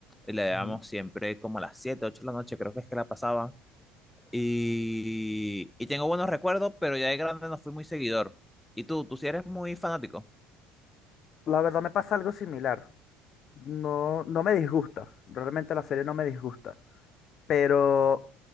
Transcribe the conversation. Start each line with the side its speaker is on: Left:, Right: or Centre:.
Centre: Y la dábamos
Left: Ujú.
Centre: siempre como a las 7, 8 de la noche, creo que es que la pasaba. Y, y tengo buenos recuerdos, pero ya de grande no fui muy seguidor. ¿Y tú? ¿Tú sí eres muy fanático?
Left: La verdad me pasa algo similar. No, no me disgusta. Realmente la serie no me disgusta. Pero